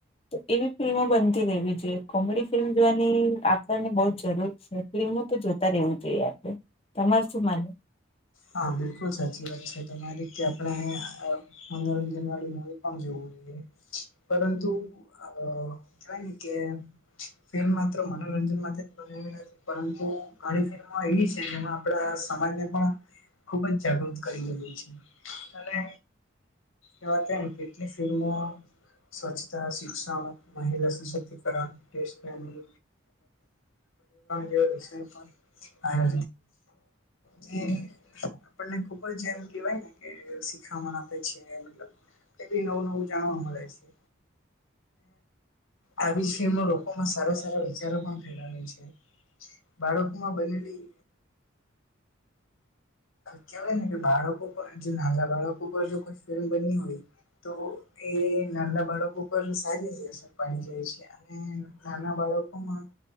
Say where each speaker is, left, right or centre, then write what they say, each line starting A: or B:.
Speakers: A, on the left; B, on the left.
A: તો એવી ફિલ્મો બનતી રહેવી જોઈએ કોમેડી ફિલ્મ જોવાની આપણને બહ જ જરૂર છે. ફું તો જોતા રહેવું જોઈએ આપડે તમાર શું માનવુ
B: હા બિલકુલ સાચી વાત છે તમારી કે આપણે અ મનોરંજન વળી મુવી પણ જરૂરી પરંતુ કહેવાય ને કે ફેલ માત્ર મનોરંજન માટે પરંતુ ઘણી ફિલ્મો એવી છે જેમાં આપણા સમાજને પણ ખુબ જ જાગૃત કરી રહું છે અને એ વાત ને કેટલી ફિલ્મો સ્વચ્છતા શિક્ષણ મહિલા સશક્તિકરણ દેશ સમ પરરણ જેષ પણ આ હોય છે. આપણને ખુબ જ એમ કેવાય ને કે શીખામણ આપે છે. એ બી નવું નવું જાણવા મળે છે. આવી જ ફિલ્મ લોકોમાં સારા સારા વિચારો પણ ફેલાવે છે. બાળકો માં બનેલી કેહેવાય ને કે બાળકો પર નાના બાળકો પર જો કોઈ ફિલ્મ બની હોય તો એ નાના બાળકો પર સારી હ અસર પાડી રાય છે. અને નાના બાળકોમાં